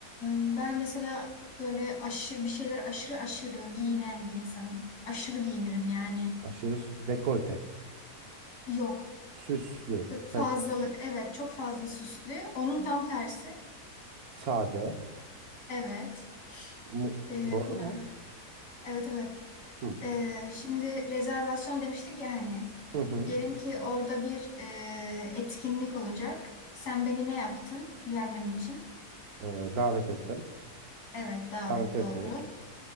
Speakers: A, on the left; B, on the right.
A: ben mesela böyle aşı bir şeyler aşırı aşırı giyinen bir insanım. Aşırı giyinirim yani.
B: Aşırı s- dekolte.
A: Yok.
B: Süslü.
A: Fazlalık
B: Pe-
A: evet çok fazla süslü. Onun tam tersi
B: sade.
A: Evet.
B: Mu-
A: Ee,
B: doğru
A: buna.
B: mu?
A: Evet evet.
B: Hı.
A: Ee, şimdi rezervasyon demiştik ya hani.
B: Hı hı.
A: Diyelim ki orada bir e, etkinlik olacak. Sen beni ne yaptın gelmem için?
B: Ee, davet ettim.
A: Evet davet
B: Davet etmek.
A: doğru.